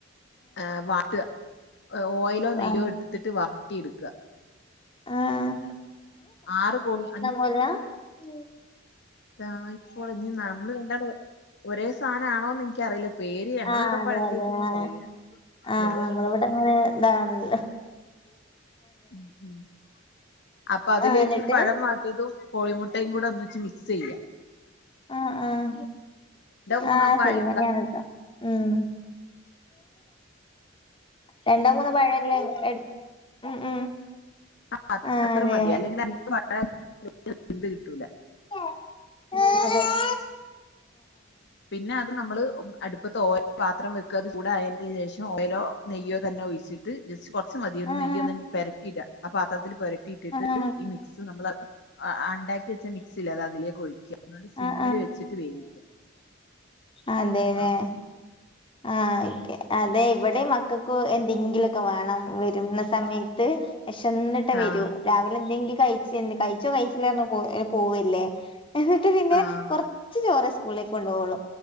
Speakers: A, on the left; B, on the left.
A: ആഹ് വാട്ടുക ഓയിലോ നെയ്യോ
B: ആഹ്
A: എടുത്തിട്ട് വാട്ടി എടുക്കുക
B: ആഹ്
A: ആറ് ബോളി അഞ്ചു
B: കൊല ഉ
A: അതാ ഇപ്പോൾ ഇനി നമ്മള് കണ്ടാ ഒരേ സാധനം ആണോന്ന് എനിക്കറിയില്ല പേര് ഞങ്ങള
B: ആഹ്
A: ഇവിടെപ്പോ
B: അതെ
A: പഴക്കക്കണ
B: അതെ ആഹ്
A: പറയ വട്ടടു
B: ആഹ് നമ്മളിവിടെ അങ്ങനെ എന്താണല്ല
A: ഉ ഉ അപ്പൊ അതിലേക്ക്
B: ആഹ് എന്നിട്ട്
A: ഈ പഴം മാറ്റിയതും കോഴിമുട്ടയും കൂടെ ഒന്നച്ച് മി ക്സ് ചെയ്യ
B: ആഹ ആഹ
A: മൂന്നോ
B: ആഹ
A: പായി
B: സൈമനയാണതോ ഉം രണ്ടോ മൂന്നോ പഴ അല്ലെ എടുത്ത് ഉം ഉം
A: ആഹ
B: ആഹ്
A: അത്ര
B: അതെ
A: മതി അല്ലെങ്കിൽ അധികം എന്ത് കിട്ടൂല
B: ആഹ
A: പിന്നെ അത് നമ്മള് അടുപ്പത്തെ ഓയിൽ പാത്രം വെക്ക ചൂട് അതിന് ശേഷം ഓയിലോ നെയ്യോ തന്നെ ഒഴിച്ചിട്ട് ജസ്റ്റ് കുറച്ചച്ച് മതിയൊ
B: ആഹ്
A: നെയ് ഒന് പെരട്ടിടാ ആ പാത്രത്തില്ൽ പരട്ടിയിട്ടിട്ട്
B: ആഹ്
A: ഈ മ മിക്സ് നമ്മള് ഉണ്ടാക്കി വെച്ചാ മിക്സി ഇല്ലെ അത് അതിലേക്ക് ഒഴിക്കുക എന്നിട്ട് സിമ്മിൽ
B: ആഹ്
A: വെച്ചിട്ട് വേവിക്കുക
B: അതെതെ
A: ആഹ്
B: ആഹ ക്കെ അതെ ഇവിടെ മക്കൾക്ക് എന്തെങ്കിലുംഒക്കെ വേണം വരുന്ന സമയത്ത് വിശന്നിന്റെ വരൂ
A: ആഹ്
B: രാവിലെ എന്തെങ്കിലും കഴച്ച് കഴിച്ചോ കഴിച്ചിലെന്നു പോ പോവല്ലേ എന്നിട്ട് പിന്നെ
A: ആഹ്
B: കൊറച്ച് ചോറെ സ്കൂളിലേക്ക് കൊണ്ടു പോവൂള്ളു